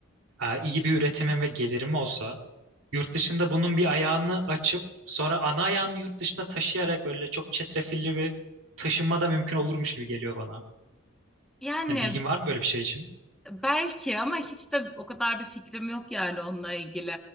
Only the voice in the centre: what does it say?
Yani
Belki ama hiç de o kadar bir fikrim yok yani onunla ilgili.